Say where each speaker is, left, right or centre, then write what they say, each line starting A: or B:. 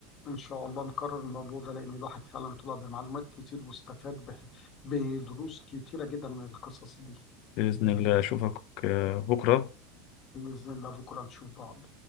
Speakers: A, on the left; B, on the left.
A: إن شاء الله نكرر الموضوع ده لأن الواحد فعلا طلع بمعلومات كتير واستفاد ب- بدروس كتيرة جدا من القصص دي
B: بإذن الله أشوفك آه، بكرة
A: بإذن الله بكرة نشوف بعض